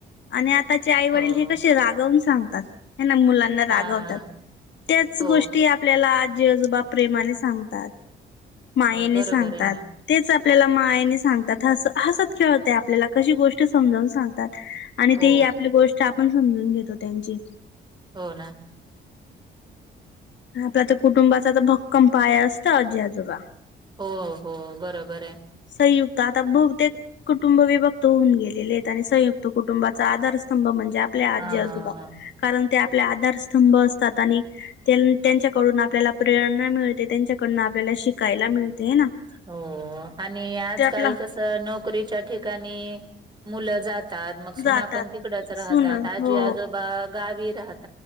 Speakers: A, on the left (about 65°); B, on the right (about 20°).
A: आणि आताचे आई वडील
B: हो
A: हे कसे रागवून सांगतात ह ना मुलांना रागवतात
B: हा
A: त्याच
B: हो
A: गोष्टी आपल्याला आ बा प्रेमाने सांगतात मायेने
B: हो बरोबर
A: सांगतात
B: आहे ना
A: तेच आपल्याला मायाने सांगतात हस हसत खेळत आपल्याला कशी गोष्ट समजाून सांगतात आणि
B: हो
A: ते ही आपली गोष्ट आपण समजून घेतो त्यांची
B: हो ना
A: आपला तर कुटुंबाचा तर भक्कम पाय असत आजी आजोबा
B: हो हो बरोबर आहे
A: संयुक्त आता बहुतेक कुटुंब विभक्त होऊन गेलेले आहेत आणि संयुक्त कुटुंबाचा आधारस्तंभ म्हणजे आपल्या आजी
B: हा
A: आजोबा कारण ते आपले आधारस्तंभ असतात आणि त्यांच्याकडून आपल्याला प्रेरणा मिळते त्यांच्याकडून आपल्याला शिकायला मिळते ना
B: हो आणि आजकाल
A: ते आपला
B: कस नोकरीच्या ठिकाणी मुलं जात ात मग सुना
A: जातात
B: पण तिकडच
A: सुन
B: राहतात आजी
A: हो
B: आजोबा गावी राहत